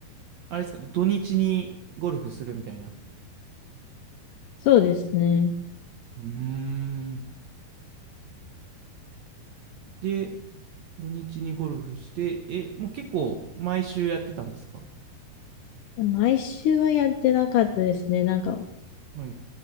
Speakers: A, on the right; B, on the left.
A: あれですか、土日にゴルフするみたいな。
B: そうですね。
A: うーん。で、土日にゴルフして、え、もう結構毎週やってたんですか
B: 毎週はやってなかったですね。なんか、
A: はい。